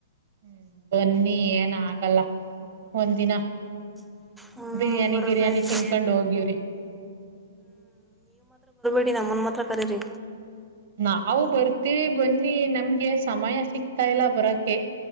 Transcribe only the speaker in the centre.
ಹಾಂ
ಬರಬೇಕು
ಬಿ ನಮ್ಮನ್ ಮಾತ್ರ ಕರಿ ರೀ